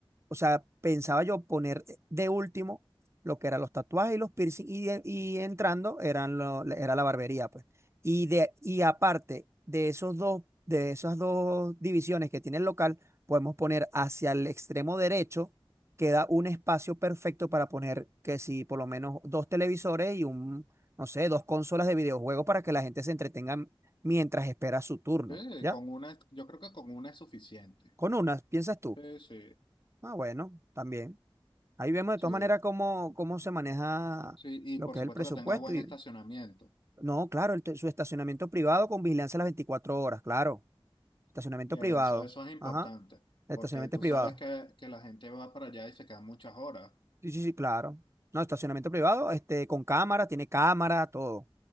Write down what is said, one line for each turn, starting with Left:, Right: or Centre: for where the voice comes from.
Right: o sea, pensaba yo poner eh, de último lo que eran los tatuajes y los piercing y, de- y entrando eran lo- era la barbería, pues. Y, de, y aparte de esos dos, de esas dos divisiones que tiene el local, podemos poner hacia el extremo derecho, queda un espacio perfecto para poner que si por lo menos dos televisores y un, no sé, dos consolas de videojuegos para que la gente se entretenga mientras espera su turno,
Left: Sí,
Right: ¿ya?
Left: con una, es- yo creo que con una es suficiente.
Right: Con unas, ¿piensas tú?
Left: Sí, sí,
Right: Ah, bueno, también. Ahí vemos de
Left: sí,
Right: todas maneras cómo, cómo se maneja
Left: sí. Y
Right: lo
Left: por
Right: que
Left: supuesto
Right: es el presupuesto.
Left: que tenga buen
Right: Y,
Left: estacionamiento.
Right: no, claro, el te- su estacionamiento privado con vigilancia las 24 horas, claro. Estacionamiento
Left: Eso,
Right: privado.
Left: eso es importante,
Right: Ajá. El
Left: porque
Right: estacionamiento
Left: tú
Right: es privado.
Left: sabes que, que la gente va para allá y se quedan muchas horas.
Right: Sí, sí, sí, claro. No, estacionamiento privado, este, con cámara, tiene cámara, todo. O